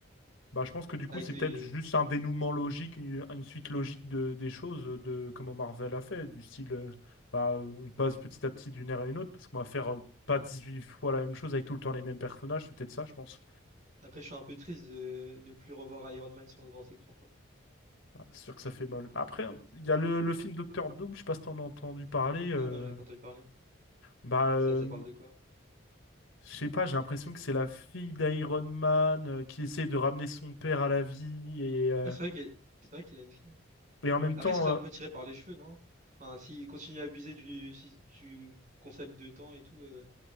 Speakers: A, on the left (about 70°); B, on the right (about 40°).
A: bah, je pense que du coup,
B: Avec
A: c'est
B: les...
A: peut-être juste un dénouement logique, une, une suite logique de, des choses, euh, de comment Marvel a fait, du style, euh, bah, euh, on passe petit à petit d'une ère à une autre, parce qu'on va faire euh, pas
B: ouais.
A: huit fois la même chose avec tout le temps les mêmes personnages, c'est peut-être ça, je pense.
B: Après, je suis un peu triste de de plus revoir Iron Man sur le grand écran, quoi.
A: Ah, c'est sûr que ça fait mal. Après, on- il y a le, le film Docteur Doom, je sais pas si t'en as entendu parler, euh,
B: Ah non, j'avais pas entendu parler.
A: bah, euh,
B: Ça, ça parle de quoi?
A: je sais pas, j'ai l'impression que c'est la fille d'Iron Man euh, qui essaie de ramener son père à la vie et. euh,
B: Ah, c'est vrai qu'il c'est vrai qu'il a une fille.
A: et en même
B: Après,
A: temps,
B: il serait un peu tiré par les cheveux, non? Enfin, s'il continue à abuser du, si- du concept de temps et tout. euh.